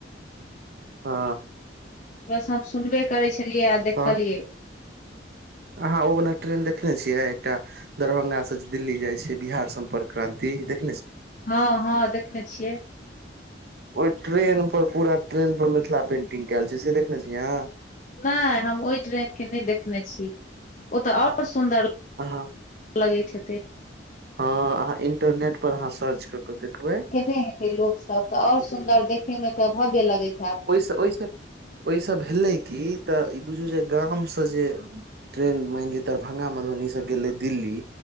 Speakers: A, on the right; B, on the left.
A: हँ।
B: बस हम सुनबे करै छी। देखलिये अ देखलिये।
A: तहन अहाँ ओ वला ट्रेन देखने छियै एकटा दरभंगासँ दिल्ली जाइ छै बिहार सम्पर्क क्रानंि देख
B: हँ हँ देखने छियै।
A: ओहि ट्रेन पर पूरा ट्रेन पर मिथिला पेंटिंग कयल छै से देखने छी अहाँ।
B: नैये हम ओहि ट्रेन के नहि देखने छी ओ तऽ ओर सुन्दर
A: अहाँ
B: लगै हेते,
A: हँ अहाँ इंटरनेट पर अहाँ सर्च कऽ के देखबै
B: केने हेतै लोक सभ और सुंदर किमे तऽ भाव्य लगै छै।
A: ओहिसँ ओहिसँ ओहिसँ भेलै कि तऽ ई बुझू जे गामसँ जे ट्रेन मानि लिअ दरभ्ंगा मधुबनीसँ गेलै दिल्ली